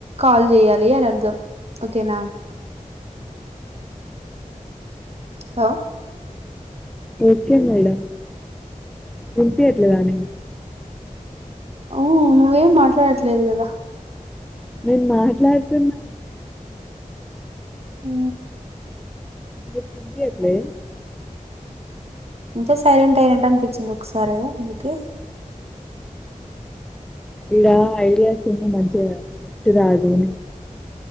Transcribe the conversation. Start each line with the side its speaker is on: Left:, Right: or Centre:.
Right: కాల్ చేయాలి అని అర్థం ఓకేనా హ
Centre: ఓకే మేడం ఎంత అట్లేగాని
Right: ఊ నువ్వేం మాట్లాడట్లేదు కదా
Centre: నేను మాట్లాడుతున్నా
Right: హ
Centre: మీ కుది ఎలే
Right: అంటే సైలెంట్ అయినట్టు అనిపించింది ఒకసారిో మీకు
Centre: ఇడ ఐడియాస్ ఏన్నో మంచిగా నిఫట్ కాదు నేను